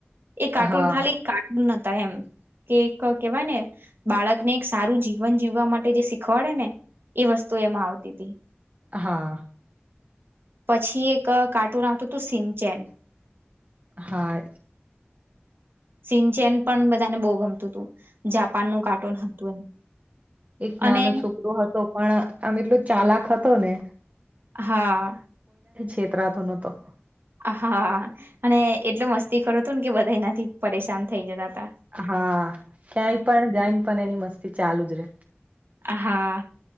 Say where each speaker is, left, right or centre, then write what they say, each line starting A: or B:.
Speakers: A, on the right; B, on the right.
A: એ કાર્ટૂન
B: હા
A: ખાલી કાર્ટૂન નતા એમ કે એક કહેવાય ને બાળકને એક સારું જીવન જીવન જીવવા માટે જે શીખવાડે ને એ વસ્તુ એમાં આવતી હતી
B: હા
A: પછી એક કાર્ટૂન આવતો હતો સિન ચેન
B: હા
A: સિનચેન પણ બધાને બહુ ગમતું હતું જાપાનનું કાર્ટૂન હતું
B: એક નાનો
A: અને
B: છોકરો હતો પણ આમ એટલો ચાલાક હતો ને
A: હા
B: ક્ષેત્રનો તો
A: હા અને એટલો મસ્તી કરો હતું ને કે બધા એનાથી પરેશાન થઈ જતા હતા
B: હા ક્યાંય પણ જઈને પણ એની મસ્તી ચાલુ જ રે
A: હા